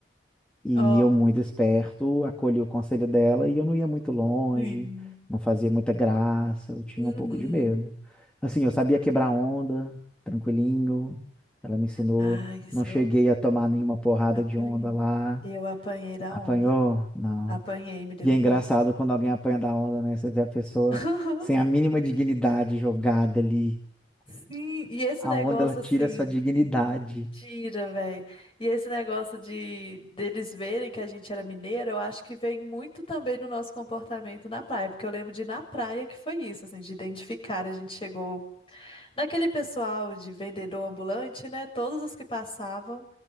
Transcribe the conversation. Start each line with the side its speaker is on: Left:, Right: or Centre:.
Centre: E
Left: ó,
Centre: eu, muito esperto, acolhi o conselho dela e eu não ia muito longe,
Left: sim.
Centre: não fazia muita graça, eu tinha
Left: Uhum.
Centre: um pouco de medo. Assim, eu sabia quebrar onda, tranquilinho. Ela me ensinou,
Left: Ai, isso
Centre: não cheguei
Left: eu
Centre: a tomar nenhuma porrada
Left: apanhei.
Centre: de onda lá.
Left: Eu apanhei da
Centre: Apanhou?
Left: onda.
Centre: Não.
Left: Apanhei, me derrubou.
Centre: E é engraçado quando alguém apanha da onda, né? Você vê a pessoa
Left: <laughs>
Centre: sem a mínima dignidade jogada ali.
Left: Sim, e esse
Centre: A
Left: negócio
Centre: onda, ela tira
Left: assim,
Centre: a sua dignidade.
Left: tira, velho. E esse negócio de deles verem que a gente era mineiro, eu acho que vem muito também do nosso comportamento na praia, porque eu lembro de ir na praia que foi isso, assim, de identificar, a gente chegou naquele pessoal de vendedor ambulante, né? Todos os que passavam